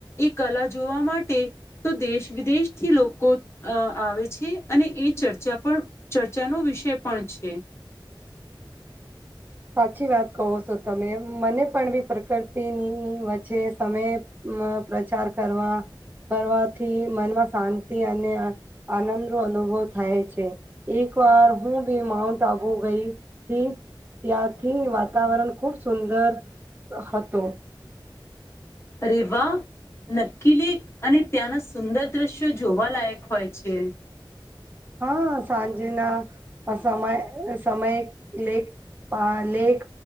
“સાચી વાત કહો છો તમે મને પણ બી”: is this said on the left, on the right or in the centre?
Right